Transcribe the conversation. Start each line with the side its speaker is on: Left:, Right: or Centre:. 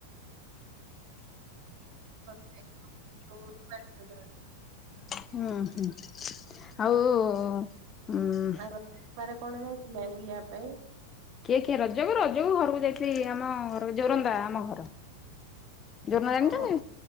Right: <unintelligible> <unintelligible>
Left: ହୁଁ ହୁଁ ଆଉ ଉଁ
Right: ଆ ରଡ କଣ ଯାଇଥିଲେ ବୁଲିବା ପାଇଁ?
Left: କିଏ କିଏ ରଜକୁ ରଜକୁ ଘରକୁ ଯାଇଥିଲି ଆମ ଘ ଜୋରନ୍ଦା ଆମ ଘର। ଜୋରନ୍ଦା ଜାଣିଛନ୍ତି
Right: ଓହୋ